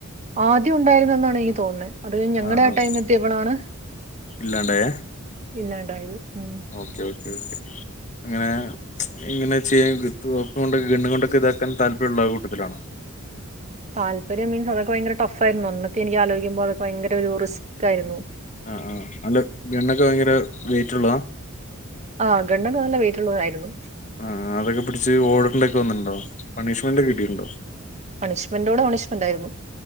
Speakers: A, on the right; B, on the left.
A: ആദ്യ ഉണ്ടായിരുന്നു എന്നാണ് എനിക്ക് തോന്നുന്നേ അത് കഴിഞ്ഞ് ഞങ്ങടെ
B: ആഹ്
A: ആ
B: ആഹ്
A: ടൈം എത്തിയപ്പളാണ്
B: ഇല്ലാണ്ടായേ?
A: ഇല്ലാണ്ടായത് ഉം
B: ഓക്കെ ഓക്കെ ഓക്കെ അങ്ങനെ ഇങ്ങനെ ചെയ്യാം <unintelligible> കൊണ്ടൊക്കെ ഗണ്ണു കൊണ്ടൊക്കെ ഇതാക്കാൻ താല്പര്യമുള്ള ആ കൂട്ടത്തിലാണോ?
A: താല്പര്യം മീൻസ് അതൊക്കെ ഭയങ്കര ടഫ് ആയിരുന്നു അന്നക്കെ എനിക്ക് ആലോചിക്കുമ്പോ അതൊക്ക ഭയര ഒരു റിസ്ക്കായിരുന്നു
B: ആഹ് ആ് അല്ല ഗണ്ണക്കെ ഭയങ്കര വെയിറ്റ് ഉള്ളതാ?
A: ആഹ് ഗണ്ണൊക്കെ നല്ല വെയ്റ്റുള്ളത് ആയിരുന്നു
B: ആഹ് അതൊക്കെ പിടിച്ച് ഓടെണ്ടി ഒക്കെ വന്നിട്ട്ണ്ടോ? പണീഷ്മെന്റ് ഒക്കെ കിട്ടിയിട്ടുണ്ടോ?
A: പണിഷ്മെന്റോടെ പണിഷ്മെന്റ് ആയിരുന്നു